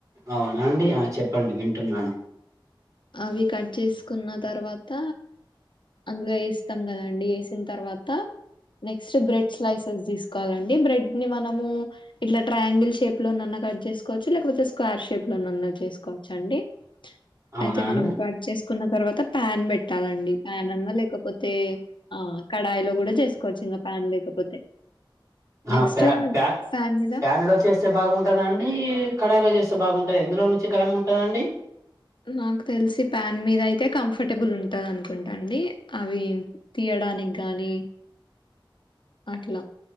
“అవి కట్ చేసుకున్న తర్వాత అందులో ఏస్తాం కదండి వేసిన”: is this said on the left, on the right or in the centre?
Left